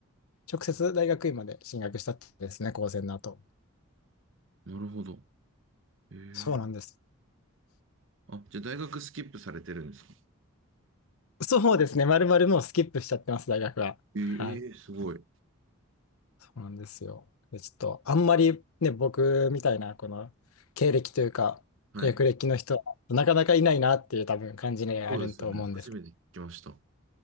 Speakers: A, on the left; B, on the right.
A: 直接大学院まで進学したってですね、高専の後。
B: なるほど。ええ。
A: そうなんです。
B: あ、じゃあ大学スキップされてるんですか
A: そうですね、まるまるもうスキップしちゃってます、大学は。
B: ええーすごい。
A: はい。そうなんですよ。で、ちょっと、あんまりね、僕みたいな、この経歴というか、
B: はい。
A: 略歴の人は、なかなかいないなっていう多分感じがあると思うんですけ
B: そうですよね。初めて聞きました。